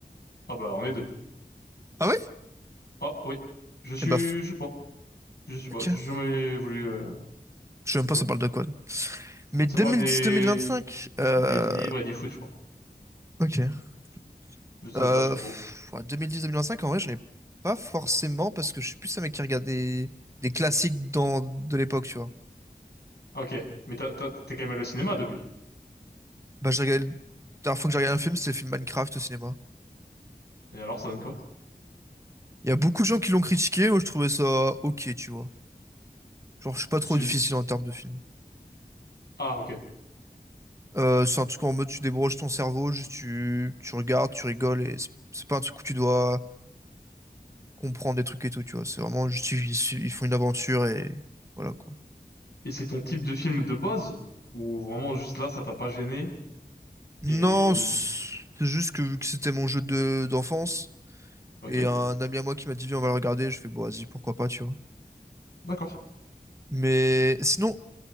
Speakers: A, on the left; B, on the right.
A: Ah bah, on est deux.
B: Ah oui?
A: Ah oui, je suis,
B: Eh bah, f-
A: je sais pas, je sais pas,
B: ok.
A: j'ai jamais voulu, euh,
B: Je sais même
A: tu
B: pas
A: vois.
B: ça parle de quoi. Mais 2010-2025,
A: Ça parle des
B: euh,
A: des livres et du foot, je crois.
B: ok.
A: Mais ça
B: Euh,
A: m'intéresse pas trop.
B: pff, ouais, 2010-2025, en vrai, j'en ai pas forcément parce que je suis plus un mec qui regarde des, des classiques dans, de l'époque, tu vois.
A: Ah, ok, mais t'as- t'as- t'es quand même allé au cinéma depuis.
B: Bah, j'ai regardé, la dernière fois que j'ai regardé un film, c'était le film Minecraft au cinéma.
A: Et alors, ça donne quoi?
B: Il y a beaucoup de gens qui l'ont critiqué, moi je trouvais ça ok, tu vois. Genre, je suis pas trop
A: Je suis-
B: difficile en termes de film.
A: Ah, ok.
B: Euh, c'est un truc en mode tu débranches ton cerveau, juste tu, tu regardes, tu rigoles et c'est c'est pas un truc où tu dois comprendre des trucs et tout, tu vois. C'est vraiment juste ils, ils font une aventure et voilà quoi.
A: Et c'est ton type de film de base ou vraiment juste là, ça t'a pas gêné
B: Non,
A: et
B: c'est juste que vu que c'était mon jeu de d'enfance
A: ok,
B: et un ami à moi qui m'a dit viens on va le regarder, je fais bon vas-y pourquoi pas, tu vois.
A: d'accord,
B: Mais sinon,